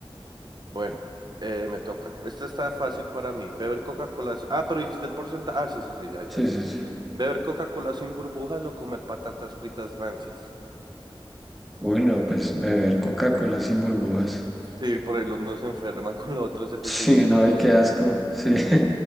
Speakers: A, on the right; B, in the centre.
A: Bueno, eh, me toca. Esta está fácil para mí. Beber Coca-Cola. si- Ah, pero dijiste el porcentaje. Ah, sí, sí, sí, ya, ya
B: Sí,
A: recuerdo.
B: sí, sí.
A: Beber Coca-Cola sin burbujas o comer patatas fritas rancias.
B: Uy, no, pues beber Coca-Cola sin burbujas.
A: Sí, por ahí uno se enferma <laughs> con lo otro setenta
B: Sí,
A: y dos punto
B: no, y qué
A: cinco
B: asco, sí. <laughs>